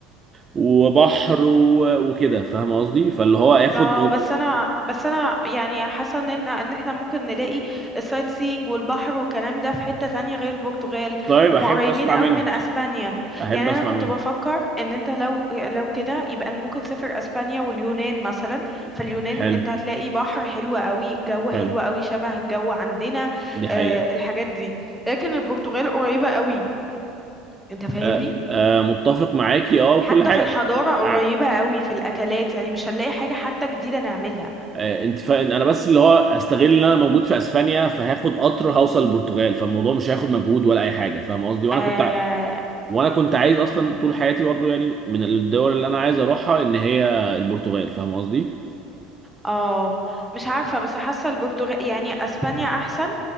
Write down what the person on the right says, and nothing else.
وبحر و... وكده فاهم قصدي فاللي هو اخد
من
طيب
احب
اسمع
منك
احب
اسمع
منك
حلو
حلو
دي حقيقه
أه أه متفق معاكي اه
كل حاجه
ب...
آه،
آه، انت فاهم انا بس اللي هو استغل ان انا موجود في اسبانيا فهاخد قطر هوصل البرتغال فالموضوع مش هياخد مجهود ولا اي حاجه فاهم قصدي وانا
كنت ع- وانا كنت عايز اصلا طول حياتي برضو يعني من الدول اللي انا عايز اروحها ان هي البرتغال فاهم قصدي